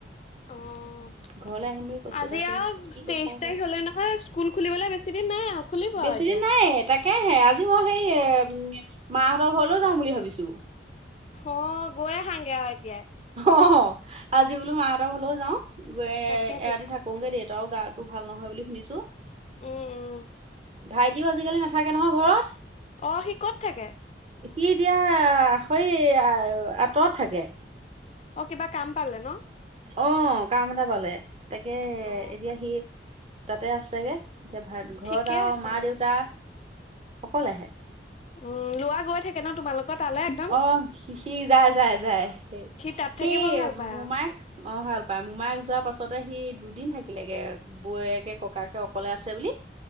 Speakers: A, on the left; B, on the right.
A: অঁ!
B: ঘৰলে আহিম বুলি কৈছে
A: আজি
B: তাকে
A: আৰু
B: কি কথা
A: তেইশ তাৰিখ
B: কয়
A: হ'লেই নহয়। স্কুল খুলিবলে বেছি দিন নাই আৰু। খুলিব
B: বেছি
A: আৰু এতিয়া।
B: দিন নাই তাকেহে আজি মই সেই উম মাহঁতৰ ঘৰলৈও যাওঁ বুলি ভাবিছোঁ।
A: অঁ! গৈ আহাঙগে আৰু এতিয়াই।
B: অঁ আজি বোলো মাহঁতৰ ঘৰলেও যাও গৈ এৰাতি
A: তাকেতো
B: থাকোঁগে। দেউতাও গা ভাল নহয় বুলি শুনিছোঁ।
A: উম উম
B: ভাইটিও আজিকালি নাথাকে নহয় ঘৰত।
A: অ সি ক'ত থাকে?
B: সি এতিয়া হৈ আ আঁতৰত থাকে।
A: অ কিবা কাম পালে ন?
B: অ কাম এটা পালে, তাকে
A: অ
B: এতিয়া সি তাতে আছেগে। এতিয়া ভ ঘৰত
A: ঠিকে
B: আও
A: আছে
B: মা
A: অ।
B: দেউতা অকলেহে।
A: উম লোৱা গৈ থাকে ন তোমালোক তালে একদম?
B: অ সি সি যায় যায় যায়
A: তাত
B: সি
A: থাকিব ভাল পায়
B: মোমায়েক অ ভাল পাই, মোমাই যোৱাৰ পাছতে সি দুদিন থাকিলেগে বৌয়েকে ককাকে অকলে আছে বুলি।